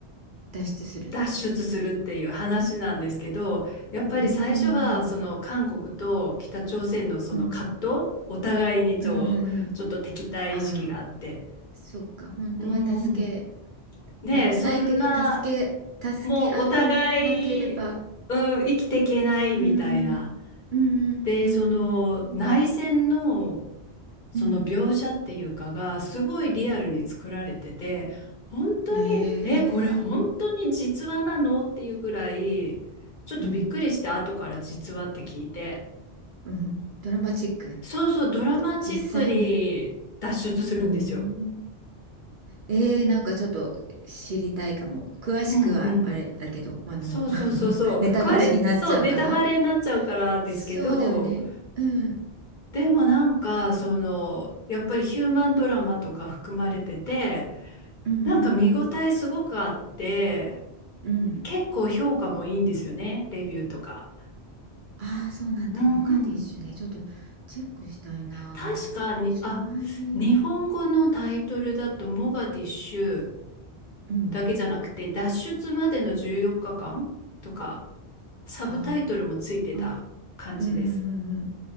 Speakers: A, on the right (about 55°); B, on the left (about 50°).
A: 脱出する
B: 脱出するっていう話なんですけど、やっぱり最初はその韓国と北朝鮮のその葛藤、
A: うーんうん
B: お互いにちょ、
A: うんうんうん
B: ちょっと敵対意識があって、
A: ああーそっか本当は助け
B: うん、ねえ、
A: たくないけど助け助け合わなければ
B: そんな、もうお互い、うん、生きていけないみたいな。
A: うーんうんうんうんうん
B: で、その内戦のその描写っていうかがすごいリアルに作られてて本当にえこれ本当に実話なのっていうぐらいちょっとびっくりして後から実話って聞いて
A: うんうんへえうんうんドラマチック
B: そうそうドラマチックに脱出するんですよ。
A: 実際に。おーえー、なんかちょっと知りたいかも。詳しくはあれだけど、
B: うんうん
A: あの
B: そうそうそうそう詳しそうネタバレになっちゃうからですけど
A: <laughs>、ネタバレになっちゃうから。そうだよね。うん。
B: でもなんかそのやっぱりヒューマンドラマとか含まれてて
A: うんう
B: なんか見応えすごくあって。
A: んうんうん。うん。
B: 結構評価もいいんですよね、レビューとか。
A: ああ、そうなんだ。
B: うん。
A: モガディッシュね。ちょっとチェックしたいな。
B: 確かに、
A: ソマリア。
B: あ、日本語のタイトルだと、モガディッシュ
A: うん。
B: だけじゃなくて、脱出までの14日間とか、サブタイトルもついてた感じです。
A: ああ。うんうんうん